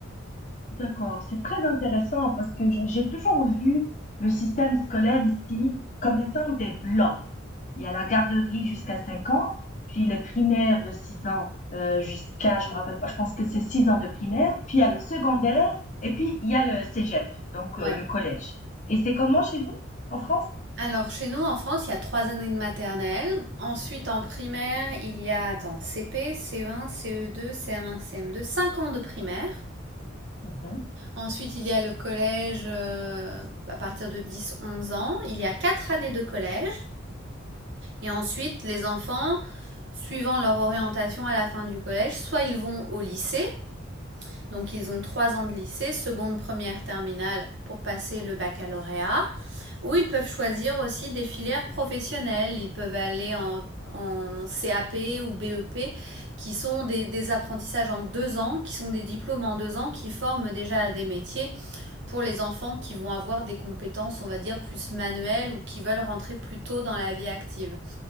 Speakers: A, on the left (about 35°); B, on the right (about 60°).
A: D'accord, c'est très intéressant parce que je- j'ai toujours vu le système scolaire ici comme étant des blocs. Il y a la garderie jusqu'à 5 ans, puis le primaire de 6 ans euh, jusqu'à, je me rappelle pas, je pense que c'est 6 ans de primaire, puis il y a le secondaire, et puis il y a le cégep, donc
B: Ouais.
A: euh, le collège. Et c'est comment chez vous, en France?
B: Alors, chez nous, en France, il y a trois années de maternelle. Ensuite, en primaire, il y a, attends, CP, CE1, CE2, CM1, CM2, 5 ans de primaire.
A: Mhm.
B: Ensuite, il y a le collège euh, à partir de dix onze ans. Il y a quatre années de collège. Et ensuite, les enfants, suivant leur orientation à la fin du collège, soit ils vont au lycée. Donc, ils ont trois ans de lycée, seconde, première, terminale pour passer le baccalauréat. Ou ils peuvent choisir aussi des filières professionnelles. Ils peuvent aller en, en CAP ou BEP, qui sont des, des, apprentissages en deux ans, qui sont des diplômes en deux ans, qui forment déjà à des métiers pour les enfants qui vont avoir des compétences, on va dire, plus manuelles ou qui veulent rentrer plus tôt dans la vie active.